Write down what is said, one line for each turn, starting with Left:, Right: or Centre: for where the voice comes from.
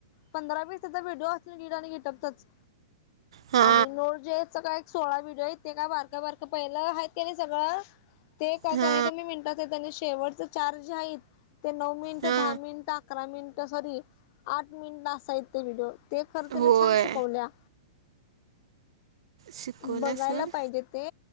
Left: पंधरा वीस तर व्हिडिओ असतील गीट आणि गिटपतच
Right: हा
Left: आणि नोट जेच्या काय सोळा व्हिडिओ येते का बारकं बारकं पहिलं आहेत का नाही सगळं? ते काय
Right: हा
Left: कमी-कमी मिनिटच त्यांनी शेवटच चार्ज आहेत- ते नऊ मिनिटं,
Right: हा
Left: दहा मिनिटंअकरा मिनिटं. सॉरी आठ मिनिटला असाय ते व्हिडिओ. ते खरं त्याने
Right: होय.
Left: छान शिकवल्या.
Right: शिकवल्या
Left: बघायला
Right: सोड
Left: पाहिजे ते